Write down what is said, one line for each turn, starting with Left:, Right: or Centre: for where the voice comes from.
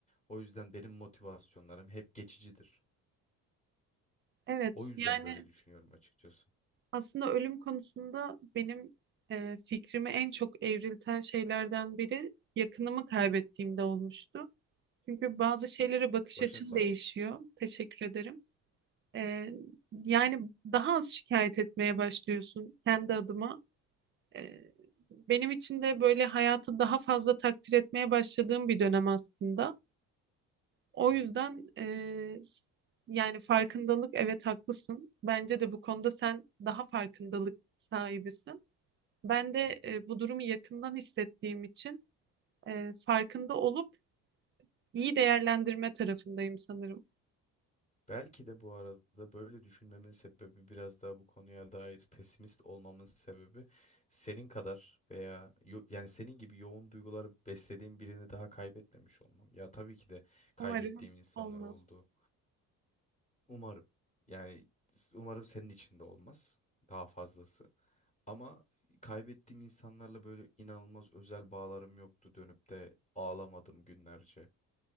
Left: O yüzden benim motivasyonlarım hep geçicidir.
Right: Evet,
Left: O yüzden
Right: yani
Left: böyle düşünüyorum açıkçası.
Right: aslında ölüm konusunda benim e, fikrimi en çok evrilten şeylerden biri yakınımı kaybettiğimde olmuştu. Çünkü bazı şeylere bakış
Left: Başın
Right: açın
Left: sağ
Right: değişiyor.
Left: olsun.
Right: Teşekkür ederim. E, yani daha az şikayet etmeye başlıyorsun kendi adıma. Ee, benim için de böyle hayatı daha fazla takdir etmeye başladığım bir dönem aslında. O
Left: Hı hı.
Right: yüzden e, s- yani farkındalık evet haklısın. Bence de bu konuda sen daha farkındalık sahibisin. Ben de
Left: Hı hı.
Right: e, bu durumu yakından hissettiğim için e, farkında olup iyi değerlendirme tarafındayım sanırım.
Left: Belki de bu arada böyle düşünmemin sebebi biraz daha bu konuya dair pesimist olmamın sebebi senin kadar veya yo- yani senin gibi yoğun duyguları beslediğim birini daha kaybetmemiş olmam. Ya tabii ki de kaybettiğim
Right: Umarım
Left: insanlar
Right: olmaz.
Left: oldu. Umarım. Yani s- umarım senin için de olmaz daha fazlası. Ama kaybettiğim insanlarla böyle inanılmaz özel bağlarım yoktu dönüp de ağlamadım günlerce.